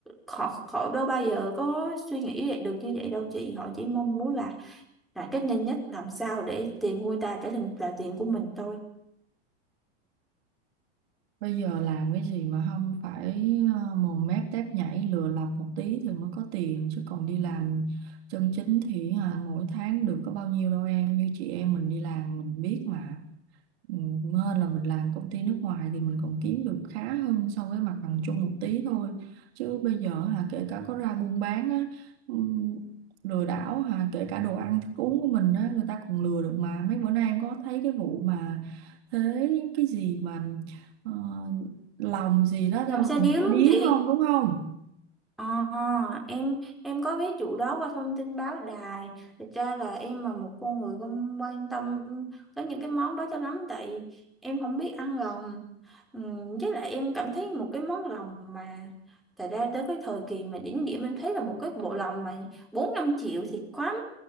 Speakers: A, in the centre; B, on the right.
A: họ họ đâu bao giờ có suy nghĩ được như vậy đâu chị họ chỉ mong muốn là là cách nhanh nhất làm sao để tiền nuôi ta trở thành là tiền của mình thôi
B: Bây giờ làm cái gì mà không phải ờ, mồm mép tép nhảy lừa lọc một tí thì mới có tiền chứ còn đi làm chân chính thì à, mỗi tháng được có bao nhiêu đâu em như chị em mình đi làm mình biết mà Ừ, hơn là mình làm công ty nước ngoài thì mình còn kiếm được khá hơn so với mặt bằng chung một tí thôi chứ bây giờ hà kể cả có ra buôn bán á ừm, lừa đảo hà kể cả đồ ăn thức uống của mình á người ta còn lừa được mà mấy bữa nay em có thấy cái vụ mà thế cái gì mà ờ, lòng gì đó
A: làm
B: ra lòng
A: xe điếu
B: ta
A: đúng
B: điếu
A: không chị
B: không đúng không
A: Ờ em em có ví dụ đó qua thông tin báo đài thực ra là em là một con người không quan tâm tới những cái món đó cho lắm tại em không biết ăn lòng Ừm, với lại em cảm thấy một cái món lòng mà thật ra tới cái thời kỳ mà đỉnh điểm em thấy là một cái bộ lòng mà bốn năm triệu thì quá